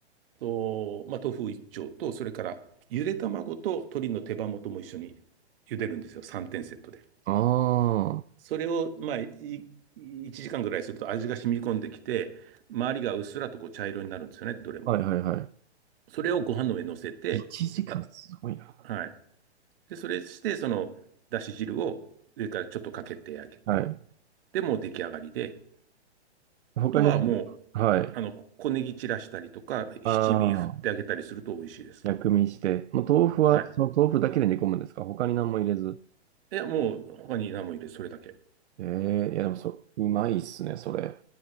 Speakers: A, on the right; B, on the right.
A: と、まあ、豆腐一丁と、それからゆで卵と鶏の手羽元も一緒に茹でるんですよ。3点セットで。
B: あ
A: それを、まあ、い1時間ぐらいすると味が染み込んできて、周りがうっすらとこう茶色になるんですよね、どれも。
B: あ、はいはいは
A: それをご飯の上に乗せて、
B: い。1時間すごいな。
A: あ、はい。で、それして、その、だし汁を上からちょっとかけてあげて、
B: はい。
A: で、もう出来上がりで、
B: 他に、
A: とはもう、
B: はい。
A: あの、小ネギ散らしたりとか、
B: ああ、
A: 七味振ってあげたりすると美味しいです。
B: 薬味して。もう豆腐は、
A: はい。
B: その豆腐だけで煮込むんですか他に何も入れず。
A: いや、もう、他に何も入れず、それだけ。
B: ええいやでもそう、うまいっすね、それ。